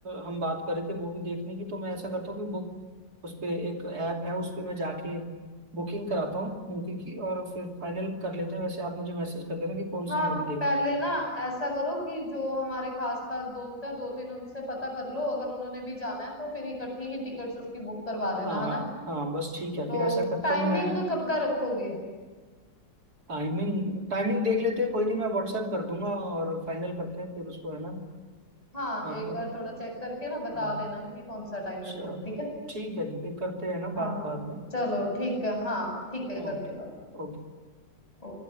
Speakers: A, on the right (about 50°); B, on the left (about 20°).
A: हम बात कर रहे थे मूवी देखने की तो मैं ऐसा करता हूँ कि बुक उस पे एक ऐप है उस पे मैं जाके बुकिंग कराता हूँ मूवी की और फिर फाइनल कर लेते हैं वैसे आप मुझे मैसेज कर देना कि कौन सी
B: हाँ
A: मूवी देखनी
B: पहले
A: है
B: ना ऐसा करो कि जो हमारे खास खास दोस्त हैं दो तीन उनसे पता कर लो अगर उन्होंने भी जाना है तो फिर इकट्ठी ही टिकट्स उसकी बुक करवा
A: हाँ
B: देना है ना
A: हाँ बस ठीक है
B: तो
A: फिर ऐसा करता
B: टाइमिंग
A: हूँ मैं
B: कब का रखोगे
A: टाइमिंग टाइमिंग देख लेते हैं कोई नहीं मैं व्हाट्सएप कर दूंगा और फाइनल करते हैं फिर उसको है ना
B: हाँ
A: आपको
B: एक बार थोड़ा चेक करके ना बता
A: हाँ
B: देना कि कौन सा टाइम
A: चलो
B: रखना है ठीक है
A: ठीक है जी फिर करते हैं ना
B: हाँ
A: बात बाद में
B: चलो ठीक है हाँ ठीक है
A: ओके
B: करते बात
A: ओके
B: ओ-